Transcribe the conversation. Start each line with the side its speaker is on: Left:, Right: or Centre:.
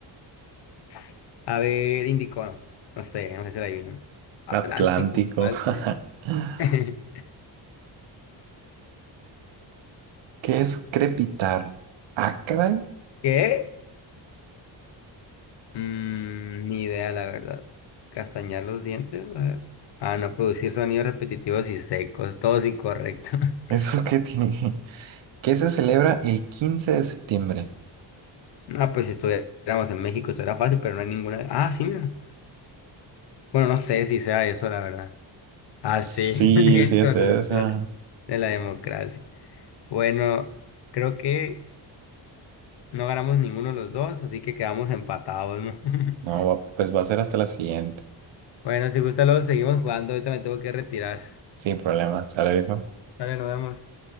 Left: <laughs> A ver, Índico. No, No sé, no sé si la adivino. Atlántico,
Right: Atlántico.
Left: así.
Right: <laughs>
Left: <laughs>
Right: ¿Qué es crepitar? ¿Acra?
Left: ¿Qué? Mm, ni idea, la verdad. Castañar los dientes, a ver. Ah, no, producir sonidos repetitivos y secos, todos incorrectos. <laughs>
Right: ¿Eso qué tiene? <laughs> ¿Qué se celebra el 15 de septiembre?
Left: No, pues si estuviéramos en México, esto era fácil, pero no hay ninguna. Ah, sí, mira. Bueno, no sé si sea eso, la verdad. Ah,
Right: Sí,
Left: sí, <laughs> bien,
Right: sí es
Left: correcto,
Right: esa.
Left: de la de la democracia. Bueno, creo que. No ganamos ninguno de los dos, así que quedamos empatados, ¿no? <laughs>
Right: No, va- pues va a ser hasta la siguiente.
Left: Bueno, si gusta, luego seguimos jugando. Ahorita me tengo que retirar.
Right: Sin problema, ¿sale, viejo?
Left: Dale, nos vemos.